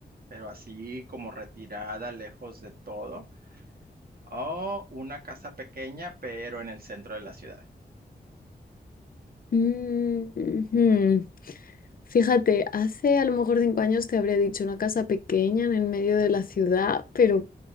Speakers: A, on the right; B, on the left.
A: pero así como retirada, lejos de todo, o una casa pequeña, pero en el centro de la ciudad.
B: Mm, Ujú. Fíjate, hace a lo mejor cinco años te habría dicho una casa pequeña en el medio de la ciudad, pero